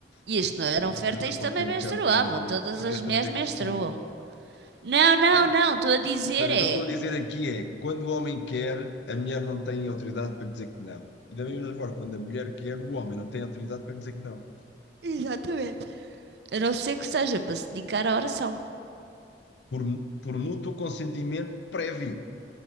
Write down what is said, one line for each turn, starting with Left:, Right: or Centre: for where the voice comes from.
Right: isto
Left: Tu-
Right: não eram
Left: Uma
Right: férteis,
Left: coisa para
Right: também
Left: o teu
Right: menstruavam.
Left: campo,
Right: Todas
Left: tu queres
Right: as mulheres
Left: trazer
Right: menstruam.
Left: isto,
Right: Não, não,
Left: pronto.
Right: não, estou a dizer
Left: Ou seja,
Right: é.
Left: o que eu estou a dizer aqui é, quando o homem quer, a mulher não tem autoridade para dizer que não. E da mesma forma, quando a mulher quer, o homem não tem autoridade para dizer que não.
Right: Exatamente. a não ser que seja para se dedicar à oração.
Left: Por, por mútuo consentimento prévio.